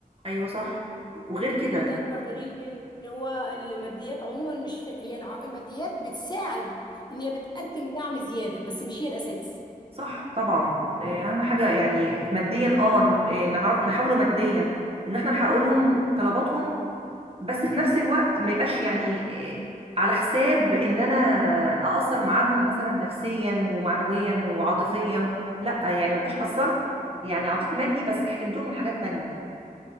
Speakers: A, on the right (about 40°); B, on the left (about 30°).
A: ايوه صح وغير كده
B: فهو ده اكبر دليل ان هو الماديات عموما مش في هي الع- الماديات بتساعد ان هي بتقدم دعم زياده بس مش هي الاساس
A: صح طبعا آه، اهم حاجه يعني ماديا اه ن- آه، نعرف نحاوله ماديا ان احنا نحقق لهم طلباتهم بس في نفس الوقت ما يبقاش يعني آه، على حساب ان انا اقصر معاهم مثلا نفسيا ومعنويا وعاطفيا لا يعني ما يبقاش قصرت يعني عطيت مادي بس حرمتهم من حاجات تانية